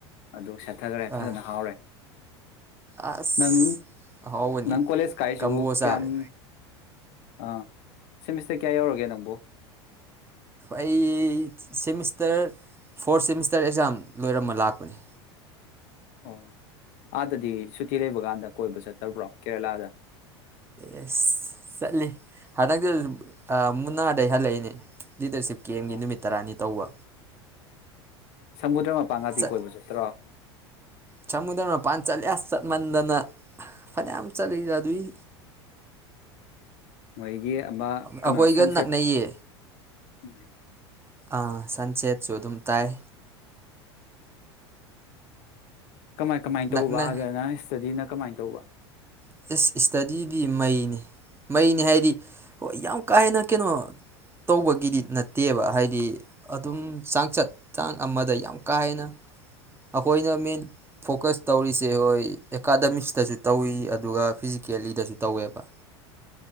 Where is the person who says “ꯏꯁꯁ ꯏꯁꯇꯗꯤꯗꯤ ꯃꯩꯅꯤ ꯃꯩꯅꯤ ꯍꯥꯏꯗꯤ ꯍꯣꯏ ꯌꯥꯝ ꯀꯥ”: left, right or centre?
Right